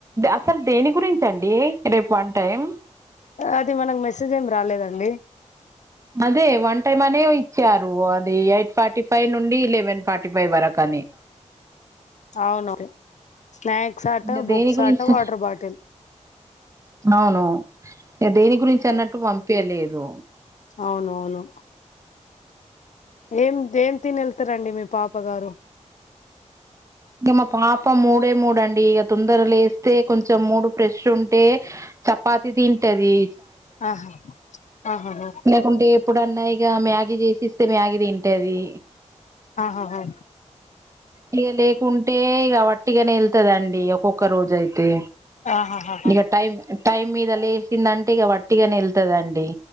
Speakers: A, on the right; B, on the left.
A: అసల్ దేని గురించండి రేప్ వన్టైం
B: అది మనక్ మెసేజ్ ఏమ్ రాలేదండి
A: అదే వన్ టైమ్ అనే ఇచ్చారు అది ఎయిట్ ఫార్టీ ఫైవ్ నుండి లెవెన్ ఫార్ ఫి ఫై వరకు అని
B: అవు స్నాక్స్ ఆట
A: ఇంగ దేని
B: బుక్స్
A: గురించి
B: ఆట వాటర్ బాటిల్
A: అవును దేని గురించి అన్నట్టు పంపియ్యలేదు
B: అవునవును ఏం దెన్ తినెళ్తరండి మీ పాప గారు
A: ఇగ మా పాప మూడే మూడండి ఇగ తొందర లేస్తే కొంచెం మూడు ఫ్రెష్ ఉంటే చపాతి దింటది
B: ఆహా ఆహాహ
A: లేకుంటే ఎప్పుడన్నా ఇగ మ్యాగీ జెషిస్తే మ్యాగీ తింటది
B: ఆహాహా
A: ఇగ లేకుంటే ఇగ వట్టిగనే ఎల్తది అండీ ఒక్కొక్క రోజు అయితే
B: ఆహాహాహా
A: ఇగ టైం టైం మీద లేచిన్దంటే ఇగ వట్టిగనే ఎల్తదండి